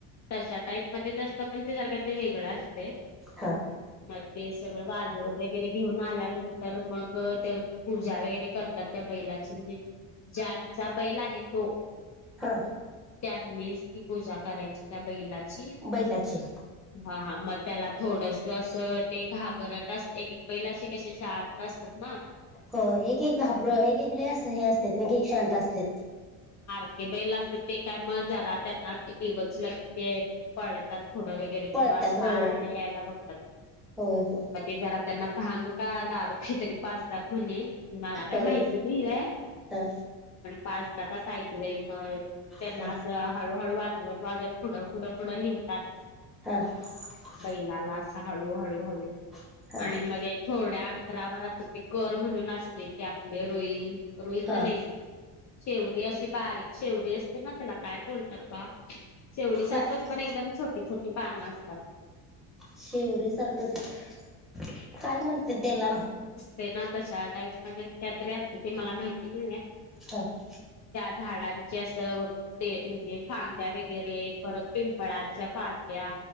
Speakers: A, on the left (about 40°); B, in the centre.
A: तश्या टाईप मध्ये असत पण ते सारख ते वेगळा असते
B: हा
A: मग ते सगळं वाज जवत वगैरे घेऊन आल्यानंतर मग ते पूजा वगैरे करतात त्या बैलाची म्हणजे ज्यांचा बैल आहे तो.
B: हां
A: त्यांनीच ती पूजा करायची त्या बैलाची
B: बैलाची
A: हां म त्याला थोडस असं ते घाबरट अस एक- एक बैलाशी कशी शांत असतात ना.
B: हो एक -एक घाबर एक -एक लय अस हे असते एक- एक शांत असते
A: एक -एक बैल असतात ते काय मग जरा त्यांना डिवचल ते पळतात. पुढ वगैरे किंवा
B: पळतात
A: असं
B: हो
A: मारायला यायला बघतात
B: होय हो
A: मग ते जरा त्यांना भांग का दारू काही तरी पाजतात म्हणे मला काय
B: होय
A: माहिती नाही का
B: हा
A: पाचतात अस‌ ऐकलाय मग त्यांना
B: हा
A: असं हळूहळू वाजत गाजवत ‌असं पुढं -पुढं -पुढ नेेतात
B: ह <inaudible>
A: झालं अस हळू -हळू -हळू
B: हा
A: आणि
B: हा
A: मग एक थोड्या जरावर असताय ते कर म्हणून असते ते आपले रोई- रोईच
B: हा
A: नाही शेवी अशी बारीक शेवडी असते ना त्याला काय बोलतात बा शेवडी
B: बारक
A: सारखंच पण एकदम छोटी- छोटी पानं असतात
B: शेवरी सारखं <inaudible> काय म्हणते त्याला
A: ते ना तशा टाईप मध्ये काहीतरी असते ते मला माहिती नाहीये
B: हो <inaudible>
A: झाडांचे असं म्हणजे फांद्या वगैरे परत पिंपळाच्या फांद्या